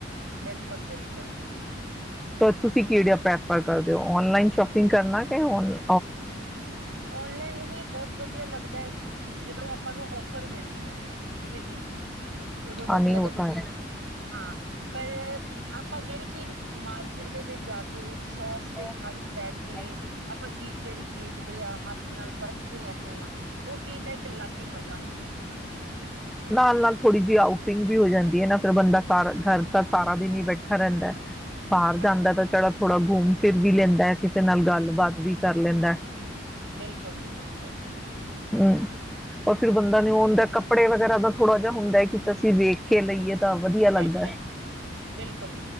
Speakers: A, on the right (about 80°); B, in the centre.
A: ਬਿਲਕੁਲ ਬਿਲਕੁਲ
B: ਤੁਸੀਂ ਕਿਹੜੇ ਪਸੰਦ ਕਰ ਦਿਓ ਔਨਲਾਈਨ ਸ਼ੋਪਿੰਗ ਕਰਨਾ ਕਿ ਔਨਲਾਈਨ
A: ਉਨਲਾਈਨ ਵੀ ਬਹੁਤ ਵਧੀਆ ਲੱਗਦਾ ਹੈ। ਜਦੋਂ ਆਪਾਂ ਨੂੰ ਔਫਰ ਮਿਲਦੀਆਂ ਨੇ ਕਿਸੇ ਚੀਜ਼ ਦੀ ਉਦੋਂ ਵਧੀਆ
B: ਹਾਂ ਨਹੀਂ
A: ਲੱਗਦੀ‌।
B: ਉਹ ਤਾਂ ਹੈ।
A: ਹਾਂ। ਪਰ ਆਪਾਂ ਜਿਹੜੀ ਚੀਜ਼ ਮਾਰਕੀਟ ਦੇ ਵਿੱਚ ਜਾ ਕੇ ਸੌਪ
B: ਸੌ
A: ਦੇ ਖੜ ਬੈਠ ਕੇ
B: ਕੈਟਰੀ
A: ਆਪਾਂ ਚੀਜ਼ ਜਿਹੜੀ ਵੇਖਦੇ ਆ ਹੱਥ ਨਾਲ ਪਰਖ ਕੇ ਲੈਦੇ। ਦੇ ਹਾਂ ਉਹ ਚੀਜ਼ ਦਾ ਇੱਕ ਅਲੱਗ ਹੀ ਮਜ਼ਾ ਹੁੰਦਾ ਹੈ।
B: ਨਾਲ ਨਾਲ ਥੋੜ੍ਹੀ ਜਿਹੀ ਆਊਟਿੰਗ ਵੀ ਹੋ ਜਾਂਦੀ ਹੈ ਨਾ ਫਿਰ ਬੰਦਾ ਸਾਰਾ ਦਿਨ ਘਰ ਤਾਂ ਹੀ ਬੈਠਾ ਰਹਿੰਦਾ ਹੈ। ਬਾਹਰ
A: ਹਾਂਜੀ
B: ਜਾਂਦਾ ਤਾ ਥੋੜਾ ਘੁੰਮ ਲੈਂਦੇ ਫਿਰ ਵੀ ਲੈਂਦਾ ਹੈ, ਕਿਸੇ ਨਾਲ ਗੱਲਬਾਤ ਵੀ ਕਰ ਲੈਂਦਾ।
A: ਬਿਲਕੁਲ ਜੀ ਬਿਲਕੁਲ।
B: ਹੂ ਪਰ ਫਿਰ ਬੰਦਾ ਨੀ ਆਂਦਾ ਕੱਪੜੇ ਵਗੈਰਾ ਦਾ ਥੋੜਾ ਜਿਹਾ ਹੁੰਦਾ ਹੈ, ਕਿ ਅਸੀਂ ਵੇਖ ਲਈਏ। ਤਾਂ ਵਧੀਆ ਲੱਗਦਾ
A: ਬਿਲਕੁਲ-ਬਿਲਕੁਲ
B: ਹੈ।